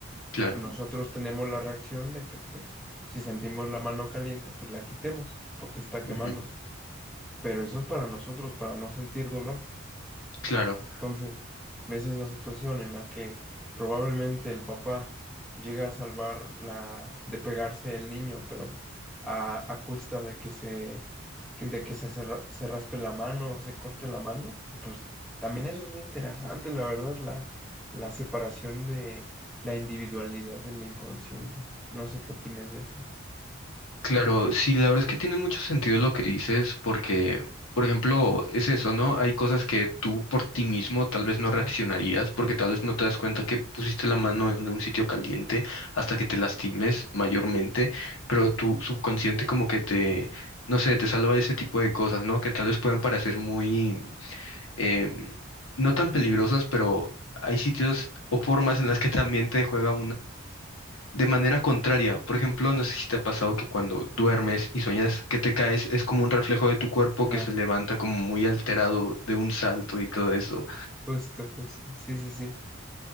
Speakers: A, on the left; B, in the centre.
A: Claro,
B: Nosotros tenemos la reacción de que, pues, si sentimos la mano caliente, pues la quitemos, porque está
A: ujú,
B: quemándose pero eso es para nosotros, para no sentir dolor.
A: claro.
B: Entonces, ves esa situación en la que probablemente el papá llega a salvar la, de pegarse el niño, pero a, a cuesta de que se, que- de que se, se, ra- se raspe la mano o se corte la mano. Pues también eso es muy interesante, la verdad, la, la separación de la individualidad del inconsciente. No sé qué opinas de eso.
A: Claro, sí, la verdad es que tiene mucho sentido lo que dices porque, por ejemplo, es eso, ¿no? Hay cosas que tú por ti mismo tal vez no reaccionarías
B: Ah,
A: porque tal vez no te das cuenta que pusiste la mano en un sitio caliente hasta que te lastimes mayormente, pero tu subconsciente como que te, no sé, te salva de ese tipo de cosas, ¿no? Que tal vez pueden parecer muy, em, no tan peligrosas, pero hay sitios o formas en las que también te juega de manera contraria. Por ejemplo, no sé si te ha pasado que cuando duermes y sueñas que te caes, es como un reflejo de tu cuerpo
B: Ah,
A: que se levanta como muy alterado de un salto y todo eso.
B: justo, justo. Sí, sí, sí.